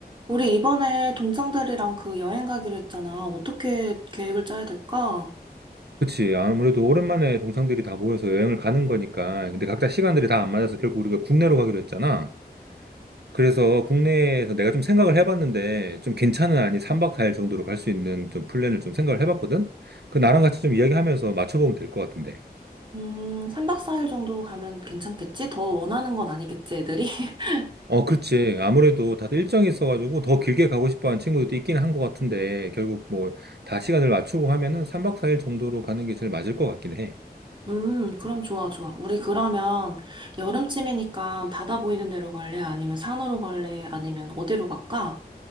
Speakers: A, on the right; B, on the right.
A: 우리 이번에 동창들이랑 그 여행 가기로 했잖아. 어떻게 계획을 짜야 될까?
B: 그치. 아무래도 오랜만에 동창들이 다 모여서 여행을 가는 거니까. 근데 각자 시간들이 다 안 맞아서 결국 우리가 국내로 가기로 했잖아. 그래서 국내에서 내가 좀 생각을 해봤는데 좀 괜찮은 아니 3박 4일 정도로 갈 수 있는 좀 플랜을 좀 생각을 해봤거든? 그 나랑 같이 좀 이야기하면서 맞춰보면 될 것 같은데.
A: 음, 3박 4일 정도 가면 괜찮겠지? 더 원하는 건 아니겠지, 애들이? <laughs>
B: 어, 그렇지. 아무래도 다들 일정이 있어가지고 더 길게 가고 싶어 하는 친구들도 있긴 한 것 같은데 결국 뭐 다 시간을 맞추고 하면은 3박 4일 정도로 가는 게 제일 맞을 것 같긴 해.
A: 음, 그럼 좋아, 좋아. 우리 그러면 여름쯤이니까 바다 보이는 데로 갈래? 아니면 산으로 갈래? 아니면 어디로 갈까?